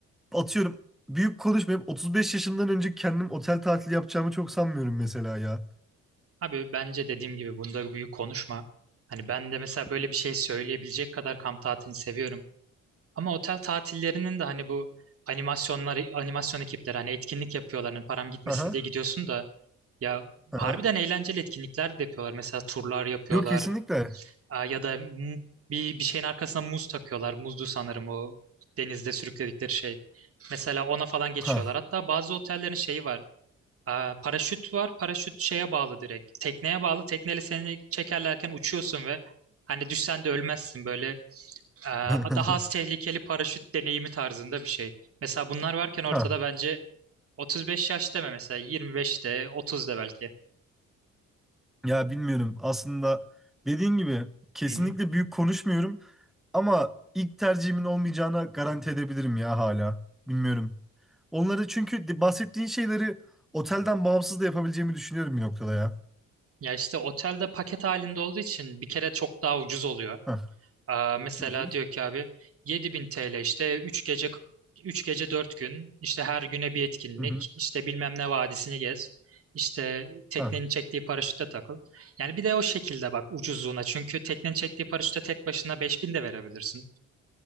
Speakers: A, in the centre; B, on the right.
A: atıyorum büyük konuşmayıp 35 yaşından önce kendim otel tatili yapacağımı çok sanmıyorum mesela ya.
B: Abi bence dediğim gibi bunda büyük konuşma. Hani ben de mesela böyle
A: Hı hı.
B: bir şey söyleyebilecek kadar kamp tatilini seviyorum. Ama otel tatillerinin de hani bu animasyonlar, animasyon ekipleri hani etkinlik yapıyorlar. Hani param gitmesin
A: Aha,
B: diye gidiyorsun da Ya harbiden
A: aha.
B: eğlenceli etkinlikler de yapıyorlar. Mesela turlar yapıyorlar
A: Yok kesinlikle.
B: Aa, ya da mu- bir, bir şeyin arkasına muz takıyorlar. Muzdu sanırım o denizde sürükledikleri şey. Mesela ona falan geçiyorlar.
A: Ha.
B: Hatta bazı otellerin şeyi var. Aa, paraşüt var. Paraşüt şeye bağlı direkt. Tekneye bağlı. Tekneyle seni çekerlerken uçuyorsun ve hani düşsen de ölmezsin böyle. aa,
A: <laughs>
B: daha az tehlikeli paraşüt deneyimi tarzında bir şey. Mesela bunlar varken ortada
A: Ha.
B: bence 35 yaş deme mesela 25'te 30'da belki.
A: Ya bilmiyorum. Aslında dediğin gibi kesinlikle
B: Hı hı.
A: büyük konuşmuyorum ama ilk tercihimin olmayacağına garanti edebilirim ya hala. Bilmiyorum. Onları çünkü de- bahsettiğin şeyleri otelden bağımsız da yapabileceğimi düşünüyorum bir noktada ya.
B: Ya işte otelde paket halinde olduğu için bir kere çok daha ucuz oluyor.
A: Hah.
B: Aa, mesela
A: Hı hı.
B: diyor ki abi 7000 TL işte üç gece üç gece dört gün işte her güne bir etkinlik
A: Hı hı.
B: işte bilmem ne vadisini gez işte teknenin
A: Hah.
B: çektiği paraşütte takıl. Yani bir de o şekilde bak ucuzluğuna çünkü teknenin çektiği paraşütte tek başına 5000 de verebilirsin.